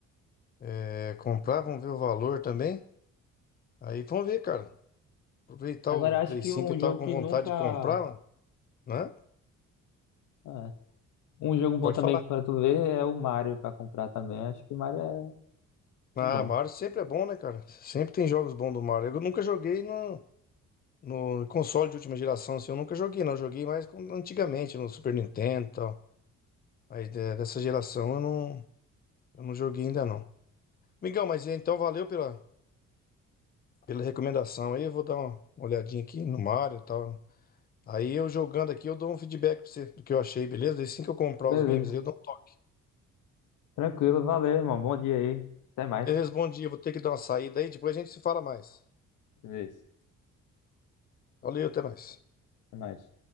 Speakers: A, on the left; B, on the left.
A: é, comprar. Vamos ver o valor também. Aí vamos ver, cara. Aproveitar
B: Agora
A: o
B: eu acho
A: Play
B: que
A: cinco
B: um
A: que eu tava
B: jogo
A: com
B: que
A: vontade
B: nunca.
A: de comprar, né?
B: ah, Um jogo bom
A: Pode
B: também
A: falar.
B: pra tu ver é o Mario pra comprar também. Acho que o Mario é,
A: Ah,
B: é bom.
A: Mario sempre é bom, né, cara? Sempre tem jogos bons do Mario. Eu nunca joguei no, no console de última geração, assim, eu nunca joguei, não. Eu joguei mais com- antigamente, no Super Nintendo e tal. Mas de- dessa geração eu não, eu não joguei ainda, não. Migão, mas é, então valeu pela, pela recomendação aí. Eu vou dar uma, uma olhadinha aqui no Mario e tal. Aí eu jogando aqui, eu dou um feedback pra você do que eu achei, beleza? E assim que eu comprar
B: Beleza.
A: os games aí, eu dou um toque.
B: Tranquilo, valeu, irmão. Bom dia aí. Até mais.
A: Eu respondi, eu vou ter que dar uma saída aí, depois a gente se fala mais.
B: Beleza.
A: Valeu, até mais.
B: Até mais.